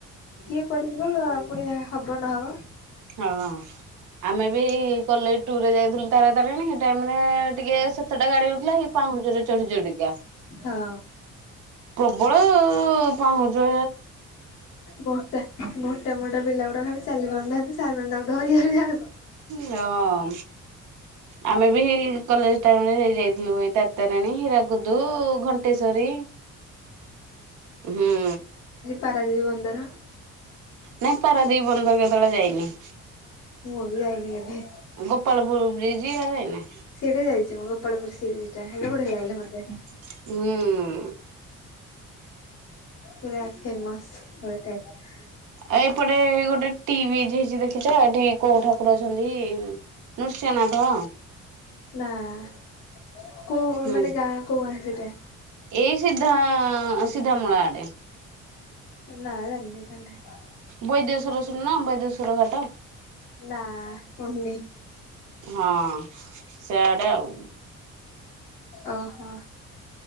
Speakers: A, on the left (about 75°); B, on the right (about 75°).
A: କିଏ କୁଆଡେ ଯିବ ପୁଣି ହବ ନହବ।
B: ହଁ। ଆମେ ବି କଲେଜ୍ ଟୁୁର ରେ ଯାଇଥିଲୁ ତାରାତାରିଣୀ, ସେ ଟାଇମରେ ଟିକେ ସେ ସେଇଟାରେ ଗାଡି ଉଠିଲା ହେ ପାହୁଞ୍ଚଚରେ ଚଢି ଚଢିକା।
A: ହଁ।
B: ବଳ ପାହୁଁଛ
A: ମୋଟା ମୋଟା ମୋଟା ପିଲା ଗୁଡା ଖାଲି ଚାଲି ପାରୁନାହାନ୍ତି, ସାର୍ ମାନେ ତାକୁ ଧରି ଧରି <unintelligible>
B: ହଁ। ଆମେ ବି କଲେଜ ଟାଇମରେ ହେଇଯାଇଥିଲୁ ଏଇ ତାରତାରାଣୀ, ହୀରା କୁଦୁ, ଘଣ୍ଟେଶ୍ଵରୀ ହୁଁ।
A: ପାରାଦ୍ଵୀପ ବନ୍ଦର।
B: ନାଇଁ ପାରାଦ୍ଵୀପ ବନ୍ଦର କେତେବେଳେ ଯାଇନି?
A: ମୁଁ ବି ଯାଇନି କେବେ।
B: ଗୋପାଳପୁର ବ୍ରିଜି ଏଇରା ଯାଇନା?
A: ସିଟା ଯାଇଛି ମୁଁ ଗୋପାଳପୁର ସି ବିଚ୍ ଟା, ହେଇଟା ବଢିଆ ଲାଗିଲା ମତେ।
B: ହୁଁ।
A: ପୁରା ଫେମସ <unintelligible>
B: ଆ ଏପଟେ ଗୋଟେ ଟି ବ୍ରିଜ ହେଇଛି ଦେଖିଛ, ଏଠି କୋଉ ଠାକୁର ଅଛନ୍ତି? ନୃସିଂହନାଥ।
A: ନାଁ କୋଉ କୋଉ
B: ହୁଁ
A: ମାନେ ଗାଁ କୋଉ ଗାଁ ସେଟା?
B: ଏଇ ସିଧା ସିଧାମୁଳା ଆଡେ।
A: ନା ଜାଣିନି ତାହେଲେ।
B: ବୈଦେଶ୍ୱର ଶୁଣ ନ ବୈଦେଶ୍ୱର ଘାଟ?
A: ନା ଶୁଣିନି।
B: ହଁ ସିଆଡେ ଆଉ।
A: ଓ ହୋ।